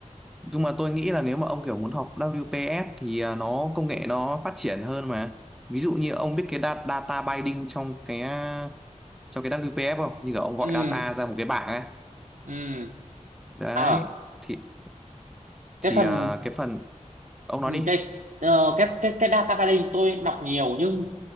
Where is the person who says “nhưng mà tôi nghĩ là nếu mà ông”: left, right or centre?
Centre